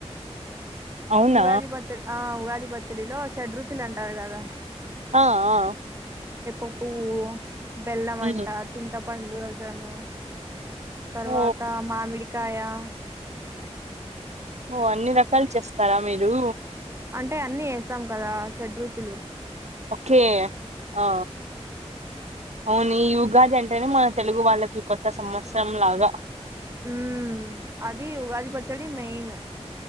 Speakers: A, on the right; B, on the right.
A: అవునా
B: ఉగాది పచ్చడి ఆ ఉగాది పచ్చడిలో షడ్రుచులు అంటారు కదా
A: ఆ ఆ
B: ఉప్పు బెల్లమంట
A: ఉమ్
B: చింతపండు రసము తర్వాత
A: ఓ
B: మామిడికాయా
A: ఓ అన్ని రకాలు చేస్తారా మీరు
B: అంటే అన్నీ వేస్తాం కదా షడ్ రుచులు
A: ఓకే ఆ అవును ఈ ఉగాది అంటేనే మన తెలుగు వాళ్ళకి కొత్త సంవత్సరం లాగా
B: ఉమ్ అది ఉగాది పచ్చడి మెయిన్